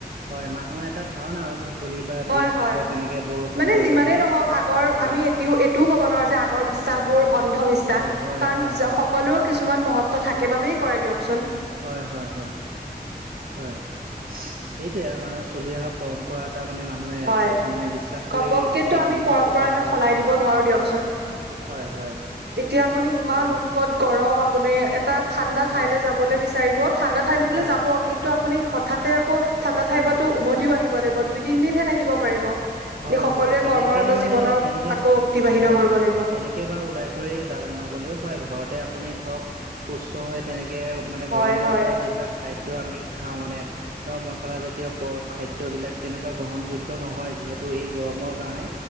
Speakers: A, on the right; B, on the right.
A: হয় মানুহ এটা ধাৰণা আৰু ভেকুলীৰ বা
B: হয়,
A: বিয়া পাতিলে
B: হয়
A: তেনেকে বৰষুণ
B: মানে
A: পৰিব
B: যিমানেই
A: বুলি
B: নহওক আগৰ
A: হয়
B: আমি এতিও এইটোও ক ব যে আগৰ বিশ্বাস বোৰ অন্ধবিশ্বাস
A: হয় হয়
B: কাৰণ
A: হয়
B: সকলো
A: হয়
B: কিছু কিছুমান মহত্ব থাকে
A: হয়
B: বাবেই কৰে দিয়কচোন।
A: হয় হয় হয় হয় এইটোৱে আৰু মানুহে চলি অহা পৰম্পৰা তাৰ মানে মানুহে
B: হয়
A: মানে বিশ্বাস কৰি
B: ঘপককেতো
A: সেই
B: আমি
A: নিয়মটো
B: পৰম্পৰা
A: কৰা
B: এটা
A: হয়
B: সলাই
A: আৰু হয়
B: দিব নোৱাৰো দিয়কচোন।
A: হয় হয়
B: এতিয়া আপুনি ইমান
A: সেয়ে
B: উৎকট গৰম আ আপুনি এটা ঠাণ্ডা
A: হয়
B: ঠাইলৈ যাবলৈ বিচাৰিব ঠাণ্ডা ঠাইটোলৈ
A: হয়
B: যাব কিন্তু আপুনি হঠাৎতে আকৌ ঠাণ্ডা ঠাই
A: হয়
B: পৰাটো উভতিও আহিব লাগিব দুই তিন দিন হে থাকিব পাৰিব।
A: হয়
B: সকলোৱে
A: হয় তেনেকে
B: কৰ্মৰত
A: মানে
B: জীৱনৰ
A: তেনেকে
B: আকৌ অতিবাহিত
A: হয়,
B: কৰিব লাগিব
A: তেনেকে বাৰু ওলাই কৰি যাম নগ'লেও হয় ঘৰতে আপুনি ধৰক সুস্থ হৈ তেনেকে মানে
B: হয়
A: গৰমৰ
B: হয়।
A: পৰা যিবিলাক খাদ্য আমি খাওঁ মানে ধৰক মচলা জাতীয় খাদ্য বিলাক তেনেকুৱা গ্ৰহণযোগ্য নহয় যিহেতু ত' এই গৰমৰ কাৰণে